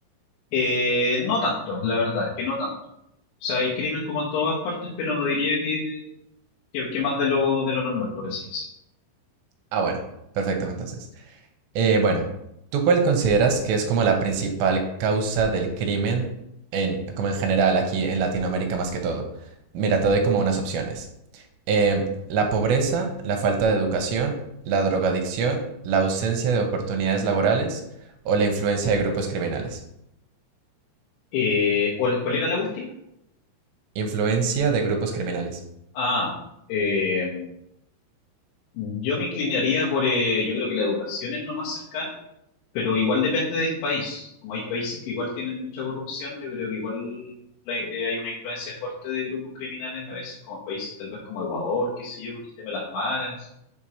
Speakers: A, on the left (about 90°); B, on the right (about 80°).
A: Eh, no tanto, la verdad, es que no tanto. O sea, hay crimen como en todas partes, pero no diría que, que, que más de lo, de lo normal, por así decirlo.
B: Ah, bueno, perfecto, entonces. Eh, bueno, ¿tú cuál consideras que es como la principal causa del crimen en, como en general aquí en Latinoamérica más que todo? Mira, te doy como unas opciones. Em, la pobreza, la falta de educación, la drogadicción, la ausencia de oportunidades laborales o la influencia de grupos criminales.
A: Eh, ¿cuál cuál era la última?
B: Influencia de grupos criminales.
A: Ah, eh, Yo me inclinaría por, eh, yo creo que la educación es lo más cercano, pero igual depende del país. Como hay países que igual tienen mucha corrupción, yo creo que igual la- eh, hay una influencia fuerte de grupos criminales a veces, como países tal vez como Ecuador, qué sé yo, con el tema de las maras